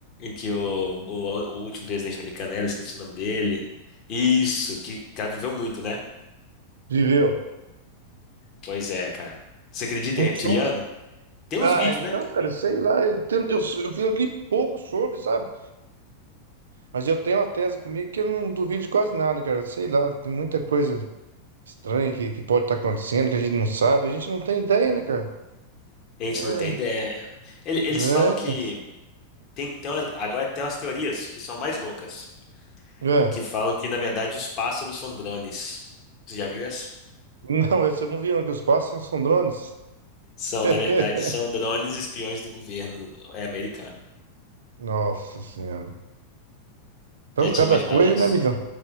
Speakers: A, on the left (about 35°); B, on the right (about 65°).
A: que o, o, o último presidente americano era, esqueci o nome dele. Isso, que o cara viveu muito, né?
B: viveu.
A: Pois é, cara. Você acredita
B: Então,
A: em reptiliano? Tem uns
B: ah,
A: vídeos,
B: então,
A: né?
B: cara, eu sei lá, eu, tenho, eu, eu vi ali pouco sobre, sabe? Mas eu tenho uma tese comigo que eu não duvido de quase nada, cara. Sei lá, tem muita coisa estranha que, que pode estar acontecendo, que a gente não sabe, a gente não tem ideia, né, cara?
A: A gente
B: É,
A: não tem ideia. Ele- Eles
B: é,
A: falam
B: então.
A: que. Tem, tem umas- agora tem umas teorias que são mais loucas,
B: É.
A: que falam que, na verdade, os pássaros são drones. Você já viu essa?
B: Não, <laughs> essa eu não vi, não, que os pássaros são drones.
A: São,
B: <laughs>
A: na verdade, são drones espiões do governo é, americano.
B: Nossa Senhora. Então,
A: Já tinha
B: cada
A: imaginado
B: coisa,
A: isso?
B: né, amigão?